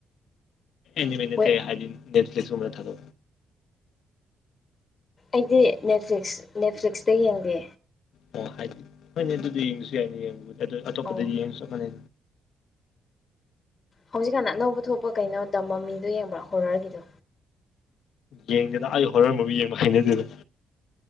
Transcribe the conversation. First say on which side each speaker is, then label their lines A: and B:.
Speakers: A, on the left; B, on the left.
A: ꯅꯤ ꯃꯅꯦ
B: ꯋꯦꯕ
A: ꯍꯥꯏ ꯅꯦꯂꯤꯁꯔ ꯊꯗ
B: ꯑꯩꯗꯤ ꯅꯦꯠꯐ꯭ꯂꯤꯛꯁ ꯅꯦꯠꯐ꯭ꯂꯤꯛꯁꯇ ꯌꯦꯡꯗꯦ
A: ꯑꯣ ꯍꯥꯏꯗꯤ ꯐꯣꯏꯅꯤ ꯑꯗꯨꯗꯤ ꯌꯦꯡꯉꯁꯨ ꯌꯥꯏꯅꯤ ꯌꯦꯡꯉ ꯑꯗꯨ ꯑꯇꯣꯞꯄꯗ
B: ꯑꯧ
A: ꯌꯦꯡꯉ ꯆꯅꯤ
B: ꯍꯧꯖꯤꯛꯀꯥꯟꯅ ꯑꯅꯧꯕ ꯊꯣꯛꯄ ꯀꯩꯅꯣ ꯇꯝꯃ ꯃꯤꯗꯨ ꯌꯦꯡꯕ꯭ꯔꯥ ꯍꯣꯔꯔꯒꯤꯗꯨ
A: ꯌꯦꯡꯗꯦꯗ ꯑꯩ ꯍꯣꯠꯃꯕꯨ ꯌꯦꯡꯕ ꯍꯥꯏꯅꯗꯦꯗ